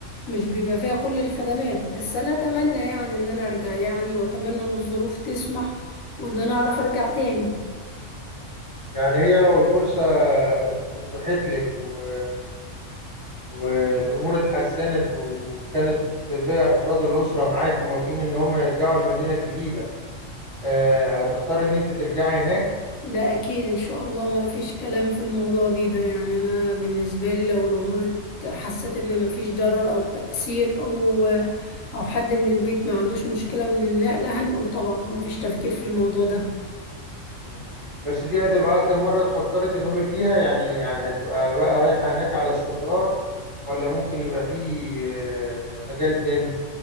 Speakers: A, on the left (about 85°); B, on the right (about 35°).
A: مش بيبقى فيها كل الخدمات بس انا اتمنى يعني ان انا ارجع يعني واتمنى ان الظروف تسمح وان انا اعرف ارجع تاني
B: يعني هي لو الفرصة اتوحت لك و... والامور اتحسنت وكانت باقي افراد الاسرة معاك موافقين ان هم يرجعوا المدينة الجديدة آه، هتختاري ان انت ترجعي هناك
A: ده اكيد ان شاء الله ما فيش كلام في الموضوع دي ده يعني انا بالنسبة لي لو الامور حسيت ان ما فيش ضرر او تأثير او او حد من البيت ما عندوش مشكلة من النقلة هنقول طبعا ما فيش تفكير في الموضوع ده
B: مم. بس دي هتبقى آخر مرة اتفكرت نقول فيها يعني يعني هتبقى بقى رايحة هناك على استقرار ولا ممكن يبقى في آه، مجال تاني